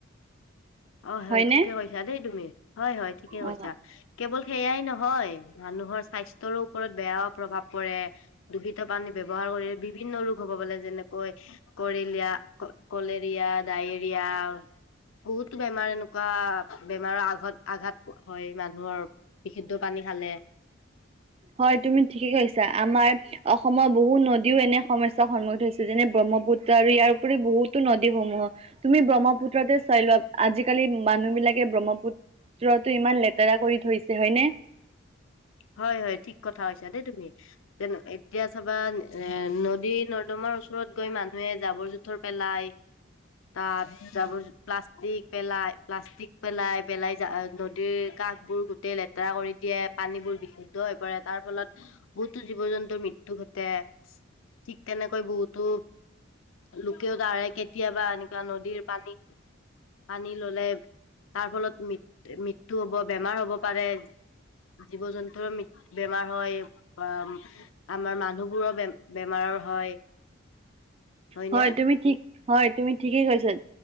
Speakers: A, on the left; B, on the right.
A: অ হয়
B: হয়নে?
A: ঠিকে কৈছা দেই তুমি হয় হয় ঠিকে কৈছা
B: অ'
A: কেৱল সেইয়াই নহয় মানুহৰ স্বাস্থ্যৰো ওপৰত বেয়া প্ৰভাৱ পৰে দূষিত পানী ব্যৱহাৰ কৰি বিভিন্ন ৰোগ হ'ব বলে যেনেকৈ কৰেলীয়া কলেৰিয়া ডায়েৰিয়া বহুতো বেমাৰ এনেকুৱা বেমাৰৰ আঘাত আঘাত হয় মানুহৰ বিশুদ্ধ পানী খালে
B: হয় তুমি ঠিকে কৈছা আমাৰ অসমৰ বহুত নদীও এনে সমস্যাৰ সন্মুখীন হৈছো যেনে ব্ৰহ্মপুত্ৰ আৰু ইয়াৰ পৰি বহুতো নদীসমূহ তুমি ব্ৰহ্ম পুত্ৰতে চাই লোৱা আজিকালি মানুহ বিলাকে ব্ৰহ্মপুত্ৰতো ইমান লেতেৰা কৰি থৈছে হয়নে
A: হয় হয় ঠিক কথা কৈছা দেই তুমি যে এতিয়া চাবা এ নদী নৰ্দমাৰ ওচৰত গৈ মানুহে জাবৰ জোথৰ পেলাই তাত জাবৰ প্লাষ্টিক পেলাই প্লাষ্টিক পেলাই পেলাই নদীৰ কাষবোৰ গোটেই লেতেৰা কৰি দিয়ে পানীবোৰ বিশুদ্ধ হৈ পৰে তাৰ ফলত বহুতো জীৱ জন্তুৰ মৃত্যু ঘটে ঠিক তেনেকৈ বহুতো লোকেও তাৰে কেতিয়াবা এনেকুৱা নদীৰ পানী পানী ললে তাৰ ফলত ম মৃত্যু হব বেমাৰ হব পাৰে জীৱ জন্তু ৰ বেমাৰ হয় বা আমাৰ মানুহবোৰৰ বে বেমাৰৰ হয় হয়নে
B: হয় তুমি ঠিক হয় তুমি ঠিকেই কৈছা